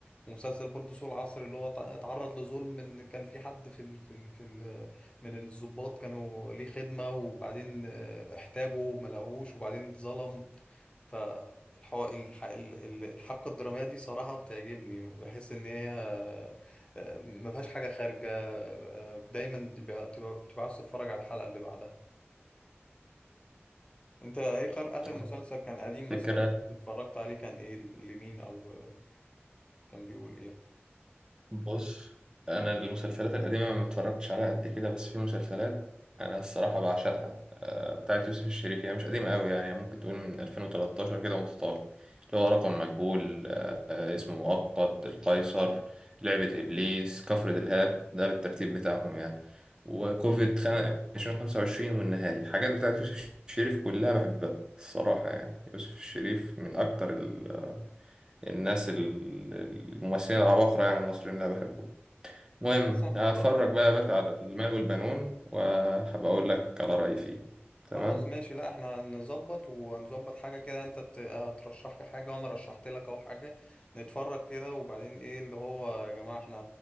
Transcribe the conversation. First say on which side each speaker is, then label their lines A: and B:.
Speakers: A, on the left; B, on the right.
A: ومسلسل برضه سوق العصر اللي هو تع- اتعرض لظلم ان كان في حد في ال في ال في ال من الضباط كانوا ليه خدمة وبعدين آه، احتاجه ما لقوهوش وبعدين اتظلم ف الحبكة الدرامية دي صراحة بتعجبني بحس ان هي آه، ما فيهاش حاجة خارجة آه، دايما بتبقى بتبقى بتبقى عاوز تتفرج على الحلقة اللي بعدها انت ايه اخر آخر
B: تمام.
A: مسلسل كان قديم مثلا
B: فكرة
A: اتفرجت عليه كان ايه لمين او آه، كان بيقول ايه
B: بص انا المسلسلات القديمه ما اتفرجتش عليها قد كده بس في مسلسلات انا الصراحه بعشقها آه، بتاعت يوسف الشريف هي مش قديمه قوي يعني ممكن تقول من 2013 كده وانت طالع اللي هو رقم مجهول آه، آه، اسمه مؤقت القيصر لعبه ابليس كفر دلهاب ده بالترتيب بتاعهم يعني وكوفيد خم- 2025 والنهايه حاجات بتاعت يوسف الشريف كلها بحبها الصراحه يعني يوسف الشريف من اكتر ال- الناس ال- الممثلين العباقره يعني المصريين اللي أنا بحبهم المهم
A: خلاص أنا-
B: هتفرج
A: خلاص
B: بقى يا باشا على المال والبنون وهبقى اقول لك على رأيي فيه تمام
A: خلاص ماشي لا احنا هنظبط وهنظبط حاجة كده انت ت- هترشح لي حاجة وانا رشحت لك اهو حاجة نتفرج كده وبعدين ايه اللي هو يا جماعة احنا